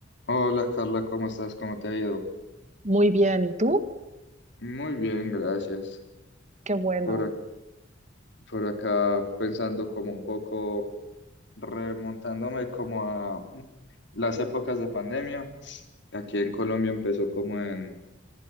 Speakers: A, on the left (about 65°); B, on the right (about 40°).
A: Hola Carla, ¿cómo estás? ¿Cómo te ha ido?
B: Muy bien, ¿y tú?
A: Muy bien, gracias.
B: Qué bueno,
A: Por, ac- por acá pensando como un poco, remontándome como a <clears throat> las épocas de pandemia. Aquí en Colombia empezó como en